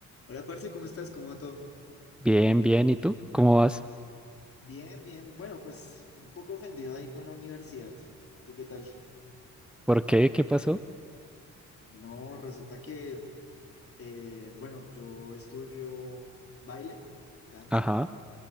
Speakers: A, on the left; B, in the centre.
A: Hola, parce, ¿cómo estás? ¿Cómo va todo?
B: Bien, bien. ¿Y tú? ¿Cómo vas?
A: Bien, bien. Bueno, pues un poco ofendido ahí con la universidad. ¿Tú qué tal?
B: ¿Por qué? ¿Qué pasó?
A: No, resulta que, eh, bueno, yo estudio baile, danza,
B: Ajá.